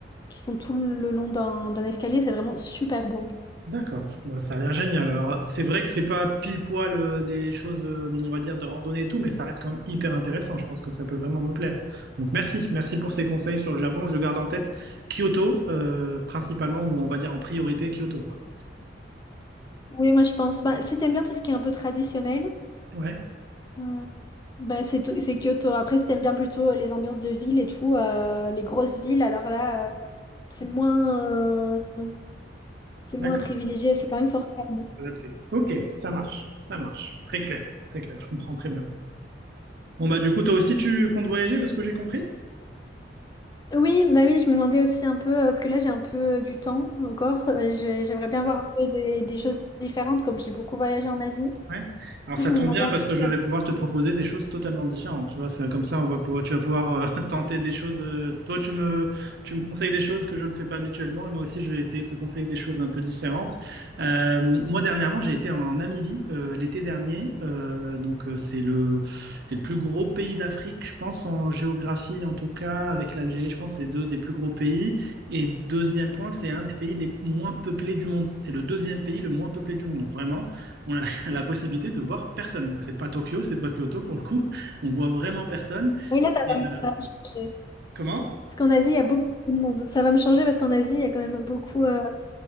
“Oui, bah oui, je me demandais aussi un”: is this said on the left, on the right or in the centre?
Left